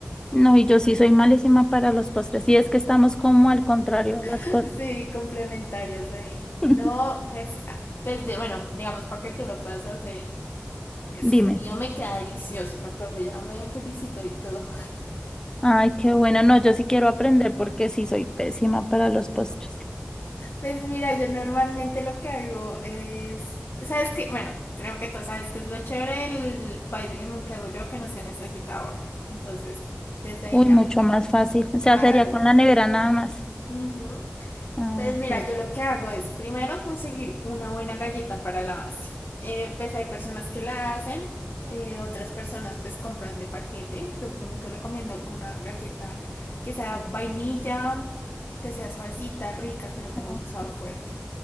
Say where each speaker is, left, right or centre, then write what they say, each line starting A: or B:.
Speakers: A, on the left (about 20°); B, on the left (about 65°).
A: No, y yo sí soy malísima para los postres, y es que estamos como al contrario de las
B: <laughs>
A: cosas.
B: Sí, complementarias ahí.
A: <laughs>
B: No, pues, ah, pues de, bueno, digamos para que tú lo puedas hacer. Es
A: Dime.
B: que el mío me queda delicioso. La profe ya me felicitó y todo.
A: Ay, qué bueno, no, yo sí quiero aprender porque sí soy pésima para los postres.
B: Pues mira, yo normalmente lo que hago es, ¿sabes qué? Bueno, creo que tú sabes que es lo chévere el pay de limón que hago yo, que no se necesita horno. Entonces, desde ahí
A: Uy,
B: ya.
A: mucho más fácil. O sea,
B: Claro.
A: sería con la nevera nada más.
B: Ujú.
A: Ah,
B: Pues
A: ok,
B: mira, yo lo que hago es primero conseguir una buena galleta para la base. Eh, pues hay personas que la hacen, eh, otras personas pues compran de paquete. Yo como que recomiendo que una galleta que sea vainilla, que sea suavecita, rica, que no tenga
A: ok.
B: un sabor fuerte.